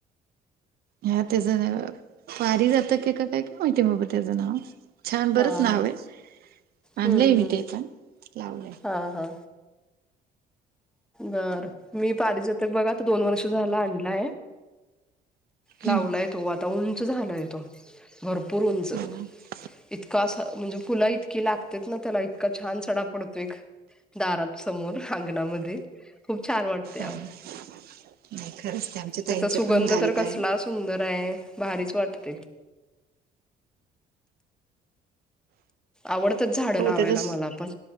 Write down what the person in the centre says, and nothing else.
हा
हा.
हम्म
हम्म.
हा हा बर मी पारिजातक बघा त दोन वर्ष झालं आणलाय लावलाय
तो आता उंच झालाय तो भरपूर उंच
इतका असं म्हणजे पुला इतकी लागते ना त्याला इतका छान सडा पडतो एक दारात समोर अंगणामध्ये खूप छान वाटते
त्याचा
सुगंध
तर
कसला सुंदर आहे भारीच वाटते. आवडतच झाडं
लावायला
मला पण